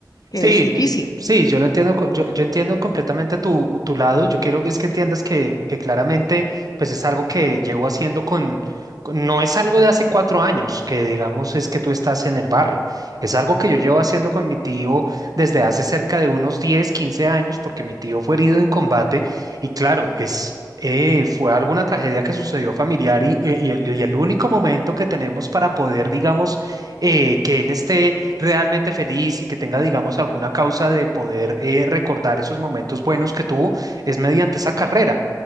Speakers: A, on the left (about 55°); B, on the right (about 55°).
A: Que
B: Sí,
A: es difícil.
B: yo- yo- sí, yo lo entiendo, co- yo, yo entiendo completamente tu, tu lado. Yo quiero que es que entiendas que, que claramente, pues es algo que llevo haciendo con, con- no es algo de hace cuatro años, que digamos es que tú estás en el barrio. Es algo que yo llevo haciendo con mi tío desde hace cerca de unos 10, 15 años, porque mi tío fue herido en combate y claro, es... eh, fue alguna tragedia que sucedió familiar y, y- y el, y el único momento que tenemos para poder, digamos, eh, que él esté realmente feliz y que tenga, digamos, alguna causa de poder eh, recordar esos momentos buenos que tuvo, es mediante esa carrera.